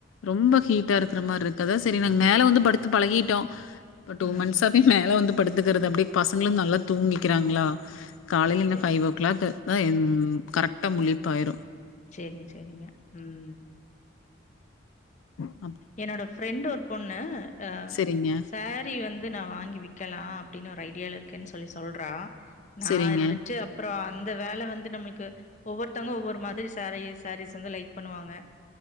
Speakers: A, on the left; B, on the left.
A: ரொம்ப ஹீட்டா இருக்கிற மாரி இருக்குா சேரி நாங்க மேல வந்து படுத்து பழகிட்டோ இப்ப டூ
B: ம்
A: மந்த்ஸ்தவே மேல வந்து படுத்துக்கிறது அப்டியே பசங்களு நல்லா தூங்கிக்கிறாங்களா காலையில என்ன
B: சரிங்க.
A: ஃபைவ் ஓ கிளாக் அதா என் கரெக்ட முழிப்பாயிரு
B: சேரிங்க சேரிங்க ம்
A: அ
B: என்னோட ஃப்ரெண்ட் ஒரு பொண்ணு அ
A: சரிங்க,
B: சாரி வந் அது நா வாங்கி விற்றகலா அப்படின்னு ஒரு ஐடியால இருக்குன்னு சொல்லி சொல்றா நா
A: சரிங்க,
B: இருந்துட்டு அப்புறோ அந் இந்த வேலை வந்து நம்மளுக்கு ஒவ்வொருத்தவங்க ஒவ்வொரு மாதிரி சாரீஸ் சாரீஸ் வந்து லைக் பண்ணுவாங்களா